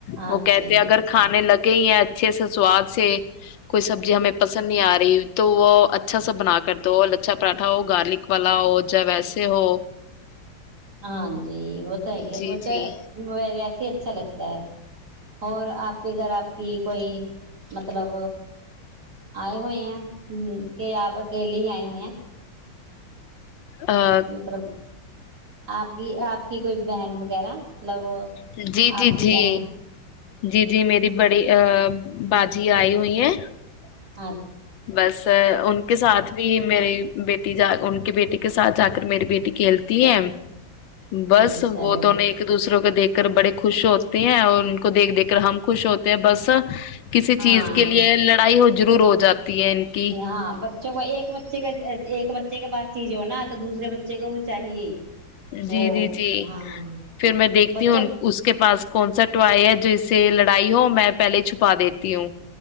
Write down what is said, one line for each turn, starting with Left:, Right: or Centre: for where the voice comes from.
Left: وہ
Right: اچھا
Left: کہتے اگر
Right: جی اچھا
Left: کھانے لگے یا اچھے سے سواد سے کوئی سبزی ہمیں پسند نہیں آ رہی تو وہ اچھا سا بنا کر دو اچھا پراٹھا ہو گارلک والا ہو جب ویسے ہو
Right: ہاں جی وہ تو ہے ہی ہے
Left: جی جی
Right: م وسے ا سے اچھا لگتا ہے اور آپ کے ا گھر آپ کی کوئی نہ مطلب آئے ہوئے ہیں ہ کہ آپ اکیلے ہی آئے ہوئے ہیں
Left: آ،
Right: مطلب آپ کی آپ کی کوئی بہن وغیرہ مطلب
Left: جی جی
Right: آپ کی
Left: جی
Right: بہن
Left: جی جی میری بڑی بجی آئی ہوئی ہے
Right: ج
Left: بس ان کے ساتھ بھی میری بیٹی جا بیٹیے کے ساتھ جا کر میری بیٹی کھیلتی ہے بس
Right: اچھا
Left: وہ
Right: جی
Left: تو نہیں ایک دوسرے کو دیکھ کر بڑے خوش ہوتے ہیں اور ان کو دیکھ دیکھ کر ہم خوش ہوتے ہیں بس کسی
Right: ہاں
Left: چیز کے لیے لڑائی ہو ضرور ہو جاتی ہے ان کی
Right: ہاں بچوں کا ایک بچے کا ایک بچے کے بات چیز ہو نا تو دوسرے بچے کو وہ چاہیے ہی وہ
Left: جی جی جی
Right: ہاں
Left: پھر میں دیکھتی
Right: بچوں
Left: ہوں اس کے پاس کون سا ٹوائی ہے جو سے لڑائی ہو میں پہلے چھپا دیتی ہوں